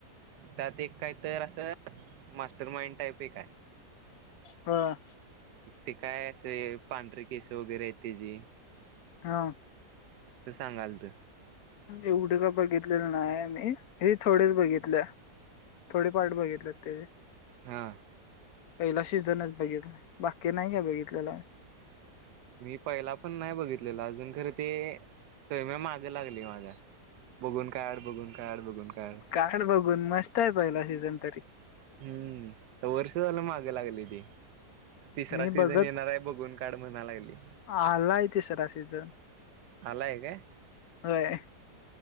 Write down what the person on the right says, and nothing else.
त्यात एक काय तर असं मास्टर माइंड टाईप एक आहे.
ते काय असं पांढरे केस वगैरे आहे ते जे
असं सांगाल त
हा.
मी पहिला पण नाही बघितलेला अजून खरं ते सर्वे मागे लागली माझ्या बघून काढ बघून काढ बघून काढ
हम्म वर्ष झालं मागं लागली ती तिसरा
सीझन
येणार आहे बघून काढ म्हणा लागली
आलाय काय